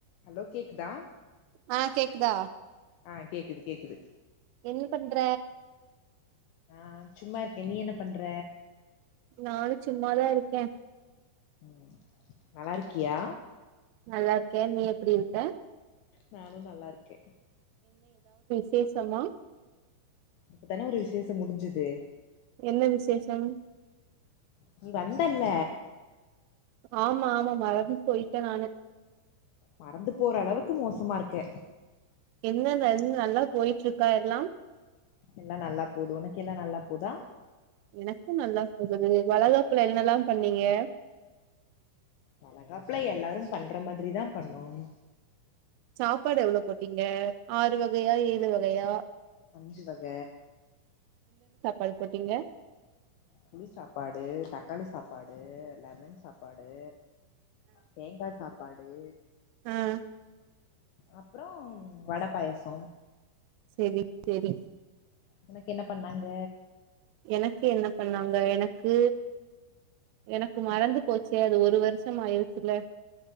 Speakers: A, on the left; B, on the right.
A: Hello கேக்குதா
B: ஆ கேக்குதா
A: ஆஹ் கேக்குது கேக்குது
B: என்ன பண்ற
A: ஆஹ் சும்மா இருக்கேன் நீ என்ன பண்ற
B: நானும் சும்மாதான் இருக்கேன்
A: உம் நல்லா இருக்கியா
B: நல்லா இருக்கேன் நீ எப்டி இருக்க
A: நானும் நல்லா இருக்கே
B: சேஷமா
A: இப்பதானே ஒரு விசேஷம் முடிஞ்சுது
B: என்ன விசேஷம்
A: நீ வந்தல்ல
B: ஆமா ஆமா மறந்து போயிட்டே நானு
A: மறந்து போற அளவுக்கு மோசமா இருக்க
B: என்ன என் நல்லா போயிட்டு இருக்கா எல்லாம்
A: எல்லாம் நல்லா போது உனக்கெல்லாம் நல்லா போதா
B: எனக்கு நல்லா போகுது வளகாப்புல என்னல்லாம் பண்ணீங்க
A: வளகாப்புல எல்லாரும் பண்ற மாதிரி தான் பண்ணும்
B: சாப்பாடு எவ்வளவு போட்டீங்க ஆறு வகயா ஏழு வகயா
A: அஞ்சு வக
B: பாடு போட்டீங்க
A: புளி சாப்பாடு தக்காளி சாப்பாடு லெமன் சாப்பாடு தேங்கா சாப் படு
B: ஆஹ்
A: அப்றம் வடப்பாயசம்
B: சேரி சேரி
A: ஒனக் என்னப் பண்ணாங்க
B: எனக்கு என்ன பண்ணாங்க எனக்கு எனக்கு மறந்து போச்சே அது ஒரு வருஷம் ஆய்ர்ச்சுல